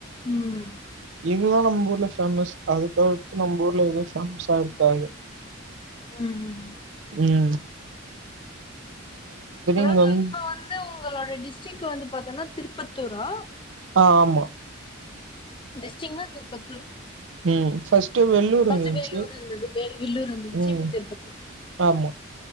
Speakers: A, on the left; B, on the right.
A: ம்
B: இதுதான் நம்ம ஊர்ல பேஃேமஸ் அது தவிர்த்து நம்ம ஊர்ல எதுவும் பேஃேமஸா இருக்காது
A: ம்
B: உம்
A: அதாவது
B: இங்க வந்
A: இப்ப வந்து உங்களோட டிஸ்டரிக் வந்து பாத்தன்னா திருப்பத்தூரா
B: ஆ ஆமா
A: அப்ப டெஸ்டிங்க்னா திருப்பத்தூர்
B: ம் ஃபர்ஸ்ட்டு வெள்ளூர்
A: ஃபர்ஸ்ட்
B: இருந்துச்சு
A: வேலூர் இருந்தது வே வலூர் இருந்தது
B: ம்
A: இப்ப திருப்பத்தூர்
B: ஆமா